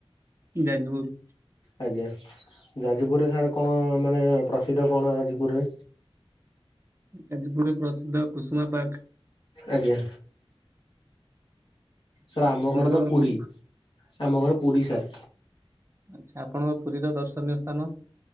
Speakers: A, on the right; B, on the left.
A: ଯାଜ୍ ପୁର୍।
B: ଆଜ୍ଞା ଯାଜପୁରରେ ସାର୍ କଣ ମାନେ ପ୍ରସିଦ୍ଧ କଣ ଯାଜପୁରରେ?
A: ଯାଜପୁର୍ ରେ ପ୍ରସିଦ୍ଧ କୁସୁମା ପାର୍କ୍।
B: ଆଜ୍ଞା। ସାର୍ ଆମ
A: ଆପଣଙ୍କର
B: ଘର ତ ପୁରୀ
A: କୋଉଠି
B: ଆମ ଘର ପୁରୀ ସାର୍।
A: ଆଚ୍ଛା ଆପଣଙ୍କ ପୁରୀର ଦର୍ଶନୀୟ ସ୍ଥାନ?